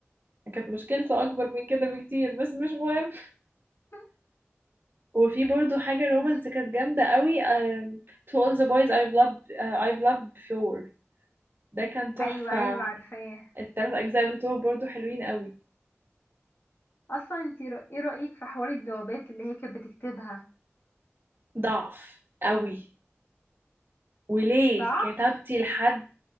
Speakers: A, on the right; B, on the left.
A: كانت مشكلته اكبر من كده بكتير بس مش مهم
B: <laughs>
A: وفي برضو حاجة رومانس
B: انت
A: كانت جامدة قوي آم، To all the boys I've loved آه، I've loved before ده كان تحفة
B: ايوه ايوه عارفاه
A: الثلاث أجزاء بتوعه برضو حلوين قوي
B: اصلا انت رأ- ايه رايك في حوار الجوابات اللي هي كانت بتكتبها
A: ضعف قوي وليه
B: ضعف
A: كتبتي لحد